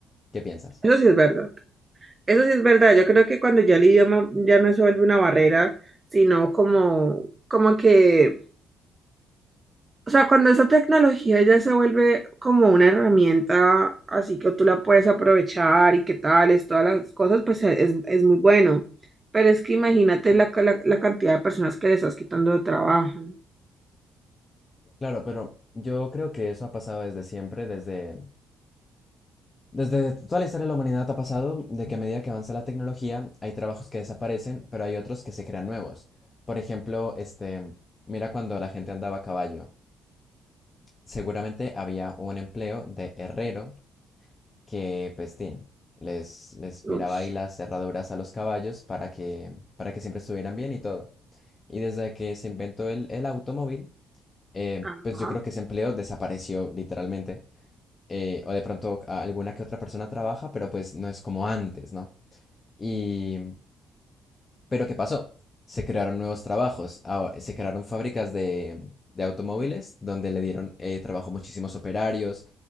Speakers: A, on the left; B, on the right.
A: ¿Qué piensas?
B: Eso sí es verdad. Eso sí es verdad. Yo creo que cuando ya el idioma ya no se vuelve una barrera, sino como, como que O sea, cuando esa tecnología ya se vuelve como una herramienta, así que tú la puedes aprovechar y que tales, todas las cosas, pues e, es, es muy bueno. Pero es que imagínate la, ca- la, la cantidad de personas que le estás quitando de trabajo.
A: Claro, pero yo creo que eso ha pasado desde siempre, desde... Desde toda la historia de la humanidad ha pasado de que a medida que avanza la tecnología hay trabajos que desaparecen, pero hay otros que se crean nuevos. Por ejemplo, este, mira cuando la gente andaba a caballo. seguramente había un empleo de herrero que, pues, tin, les, les
B: Ush,
A: miraba ahí las cerraduras a los caballos para que, para que siempre estuvieran bien y todo. Y desde que se inventó el, el automóvil, eh,
B: ajá,
A: pues yo creo que ese empleo desapareció literalmente. Eh, o de pronto a- alguna que otra persona trabaja, pero pues no es como antes, ¿no? Y pero ¿qué pasó? Se crearon nuevos trabajos, ah, se crearon fábricas de, de automóviles donde le dieron eh, trabajo a muchísimos operarios,